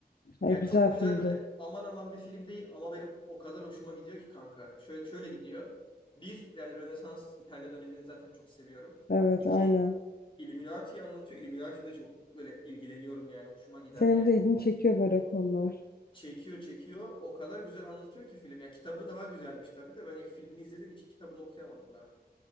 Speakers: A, on the left; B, on the left.
A: Ay,
B: Yani
A: güzel
B: çok güzel
A: filmdi.
B: böyle aman aman bir film değil ama benim o kadar hoşuma gidiyor ki kanka. Şöyle, şöyle gidiyor. Bir yani Rönesans İtalya dönemini zaten çok seviyorum.
A: Evet
B: İki
A: aynen.
B: Illuminati'yi anlatıyor. Illuminati de çok böyle ilgileniyorum yani. Hoşuma gider
A: Senin
B: yani.
A: de ilgini çekiyor böyle konular.
B: Çekiyor çekiyor. O kadar güzel anlatıyor ki film. Ya kitabı daha güzelmiş tabii de ben ilk filmini izlediğim için kitabını okuyamadım daha.